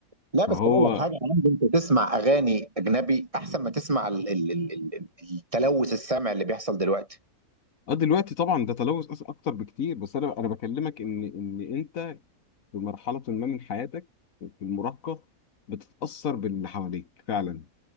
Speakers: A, on the right; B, on the left.
A: لا
B: فهو
A: بس اقول لك حاجه يا عم، انت تسمع اغاني اجنبي احسن ما تسمع ال- ال- ال- ال- التلوث السمع اللي بيحصل دلوقتي
B: اه دلوقتي طبعا ده تلوث أص- اكتر بكتير بس انا انا بكلمك ان ان انت في مرحله ما من حياتك في المراهقه بتتاثر باللي حواليك فعلا